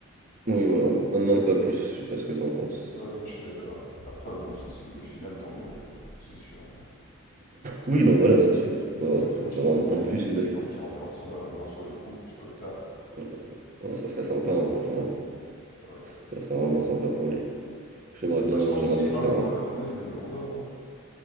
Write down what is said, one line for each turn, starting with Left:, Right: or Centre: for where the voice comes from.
Right: Oui, voilà, on, on demande pas plus. Je sais pas ce que t'en penses.
Left: Ouais, non, je suis d'accord. Après, bon, si c'est une belle finale, tant mieux, hein, ça c'est sûr. hein.
Right: Oui, non, voilà, c'est sûr. Si on peut,
Left: Avec un bon
Right: si
Left: petit
Right: on peut
Left: but
Right: avoir en,
Left: de
Right: en
Left: Dembélé,
Right: plus une
Left: histoire
Right: belle
Left: qu'il remporte son ballon d'or sur le coup, sur le tas.
Right: finale, ouais, ça serait sympa, hein, franchement.
Left: Ah oui.
Right: Ça serait vraiment sympa pour lui. J'aimerais bien,
Left: Ouais, je pense
Right: j'aimerais
Left: que s'il
Right: bien
Left: marque
Right: qu'il la
Left: dans
Right: rentre.
Left: la finale, il est ballon d'or. hein.